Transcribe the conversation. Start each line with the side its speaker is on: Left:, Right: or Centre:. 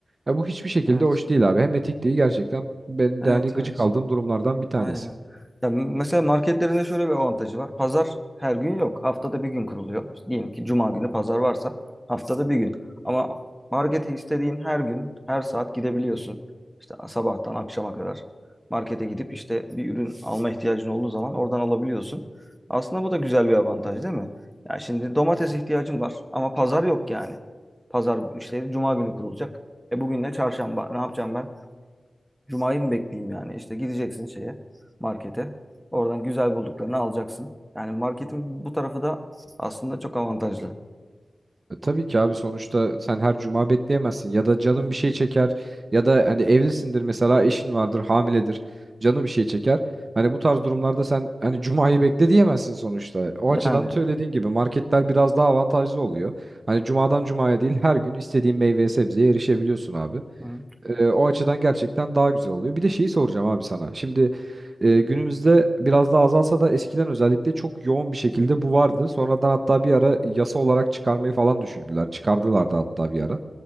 Right: Ya bu hiçbir şekilde
Centre: Evet.
Right: hoş değil abi. Hem etik değil gerçekten benim
Centre: Evet
Right: de hani gıcık
Centre: evet.
Right: aldığım durumlardan bir tanesi.
Centre: Aynen. Ya mesela marketlerinde şöyle bir avantajı var. Pazar her gün yok. Haftada bir gün kuruluyor. İşte diyelim ki cuma günü pazar varsa haftada bir gün. Ama markete istediğin her gün, her saat gidebiliyorsun. İşte sabahtan akşama kadar markete gidip işte bir ürün alma ihtiyacın olduğu zaman oradan alabiliyorsun. Aslında bu da güzel bir avantaj değil mi? Ya şimdi domates ihtiyacım var ama pazar yok yani. Pazar işte cuma günü kurulacak. E bugün de çarşamba. Ne yapacağım ben? Cuma'yı mı bekleyeyim yani? İşte gideceksin şeye, markete. Oradan güzel bulduklarını alacaksın. Yani marketin bu tarafı da aslında çok avantajlı.
Right: E, Tabii ki abi sonuçta sen her cuma bekleyemezsin ya da canın bir şey çeker ya da hani evlisindir mesela eşin vardır hamiledir canı bir şey çeker. Hani bu tarz durumlarda sen hani cumayı bekle diyemezsin sonuçta. O açıdan
Centre: Yani.
Right: söylediğin gibi marketler biraz daha avantajlı oluyor. Hani cumadan cumaya değil her gün istediğin meyveye sebzeye erişebiliyorsun abi.
Centre: Hı.
Right: E, o açıdan gerçekten daha güzel oluyor. Bir de şeyi soracağım abi sana. Şimdi e, günümüzde biraz daha azalsa da eskiden özellikle çok yoğun bir şekilde bu vardı. Sonradan hatta bir ara yasa olarak çıkarmayı falan düşündüler. Çıkardılar da hatta bir ara.